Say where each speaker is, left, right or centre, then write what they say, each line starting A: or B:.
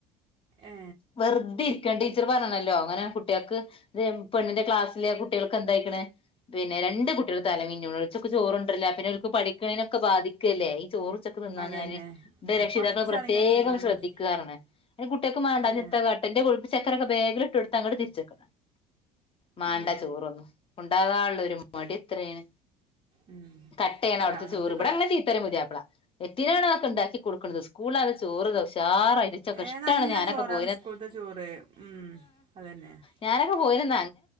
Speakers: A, on the right; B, on the left.
A: ഏ
B: വെറുതെ ഇരിക്കാൻ ടീച്ചർ പറഞ്ഞാ ഓ അങ്ങനെ കുട്ടികൾക്ക് വേണു പെണ്ണിന്റെ ക്ലാസ്സില് കുട്ടികൾക്ക് എന്തായിക്ക്ണ് പിന്നെ രണ്ട് കുട്ടികൾ തലമന്ന ഒച്ചൊക്കെ ചോറുണ്ടല്ല പിന്നെ അവർക്ക് പഠിക്കുന്നേനൊക്കെ ബാധിക്കുവല്ലേ ഈ ചോറ് പിന്ന
A: അതന്നെ
B: ഞാൻ
A: ആ
B: രക്ഷിതാക്കൾ
A: കുറച്ചാണെങ്കിലും
B: പ്രത്യേകം
A: തിന്നണം എന്ന്
B: ശ്രദ്ധിക്കാറാണ്
A: പറയും.
B: കുട്ടിയൊക്കെ മേണ്ടാ
A: ഏ
B: നിത്ത കാട്ടന്റെ കൊഴുപ്പ് ചക്കരൊക്കെ വേ ടു അങ്ങോട്ട് തിരി <unintelligible> ച്ച മണ്ട
A: ഏ
B: ചോറൊന്നും ഉണ്ടാ മടി ഇത്രാണ്
A: ഉം.
B: കട്ടയണ
A: അല്ല
B: അവിടുത്തെ
A: അങ്ങനത്തെയൊക്കെ
B: ചോറ്ഇവിടെ അങ്ങനെ ചീത്ത പറയും പുതിയാപ്പള എത്തിനാണ് ആക്കി ഉണ്ടാക്കി കൊടുക്കണത് സ്കൂളില് നല്ല ചോറ് ഉഷാറ് - ക്കെ
A: ഏ
B: ഇഷ്ടമാണ്
A: നല്ല
B: ഞാനൊക്കെ
A: ചോറാണ്
B: പോ
A: സ്കൂളത്തെ ചോറ് ഉം അതന്നെ
B: ഞൊക്കെ പോ <unintelligible>